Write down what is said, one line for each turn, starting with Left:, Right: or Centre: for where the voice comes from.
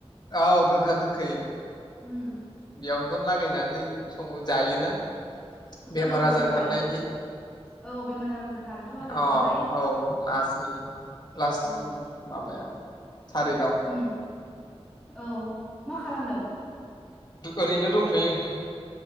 Left: औ गोखा गो खै।
Centre: उम
Left: बेयावनोनथ' लागाय नानै स जायोना बेमार
Centre: औ
Left: आजार
Centre: औ
Left: खारनायनि
Centre: जायो औ बेमार आजार खारोथ' आरो
Left: अ
Centre: ओमफ्राय
Left: औ लासनि लास
Centre: औ
Left: उम माबायाव थारिखआव
Centre: उम औ मा खालामदों
Left: ओरैनो दंथयो